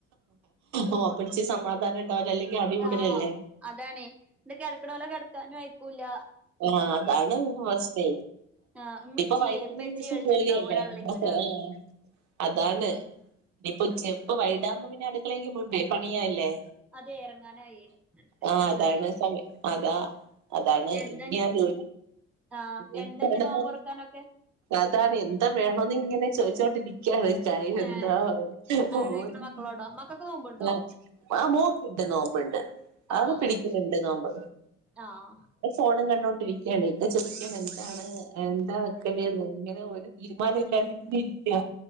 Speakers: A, on the right; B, in the centre.
A: അ അപ്പഠിച്ച സമാധാനം ഉണ്ടാവില്ല അല്ലെങ്കിൽ അടി കൂടലല്ലേ
B: ആ അതാണ്. ഇത് കിടക്കണ പോലെ കിടക്കാനും വയക്കൂല്ല.
A: ആ അതാണ് വസ്ഥയേ.
B: ആഹ് ഇമ്മച്ചിയെ
A: ഇപ്പൊ വൈകുന്നേ
B: ഇമ്മച്ചിയെ വിളിച്ചിണ്ടാവും ഒരാളല്ലെങ്കിൽ
A: <unintelligible>
B: ഒരാള്
A: അതാണ് ഇനിയിപ്പോ ചെപ്പ വൈടാകുമ്പോ പിന്നെ അടുക്കളേക്ക് പോണ്ടേ പണിയല്ലേ
B: അതെ ഇറങ്ങാനായേ അടുക്കളേക്ക്
A: ആ
B: ഇറങ്ങാനായി
A: അതാണ് സമയം അതാ അതാണ്
B: എന്താ
A: ഞാൻ <unintelligible>
B: ആഹ്
A: എന്താടന്ന്
B: എന്താഞ്ഞ് നോമ്പൊറക്കാനൊക്കെ
A: അതാണ് എന്താ വേണോന്ന് ഇങ്ങനെ ചോദിച്ചോണ്ടിരിക്കയാണ്. അയിനെന്താ
B: ഏഹ് അവിടെയിക്കണ
A: ഓൻ
B: മക്കളോടോ
A: <unintelligible>
B: മക്കക്ക് നോമ്പുണ്ടോ
A: ആ മോക്കുണ്ട്. നോമ്പുണ്ട്.
B: ആഹ്
A: അവള് പിടിക്കലുണ്ട്
B: അത് ശരി
A: നോമ്പ്.
B: ആഹ്
A: ഫോണും കണ്ടോണ്ടിരിക്കുകയാണ് ഇപ്പം ചോദിക്കാണ് എന്താണ് എന്താ വക്കല്ന്ന് ഇങ്ങനെ ഒരു തീരുമാനം ഇല്ലാണ്ട് ഇങ്ങനെ ഇരിക്ക.